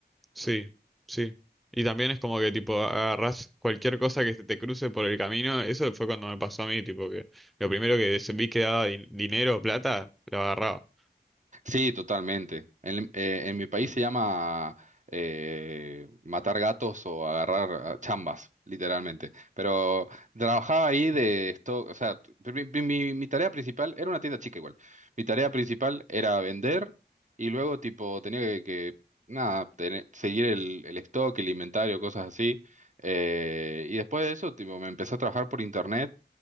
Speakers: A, in the centre; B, on the right.
A: Sí, sí. Y también es como que tipo agarrás cualquier cosa que se te cruce por el camino. Eso fue cuando me pasó a mí, tipo que lo primero que se- vi que daba din- dinero o plata, lo agarraba.
B: Sí, totalmente. En, eh, en mi país se llama eh, matar gatos o agarrar ah, chambas, literalmente. Pero trabajaba ahí de esto, o sea, t- mi, mi- mi mi tarea principal era una tienda chica igual. Mi tarea principal era vender y luego tipo tenía que, que, nada, tener- seguir el, el stock, el inventario, cosas así. Eh, y después de eso, tipo, me empecé a trabajar por internet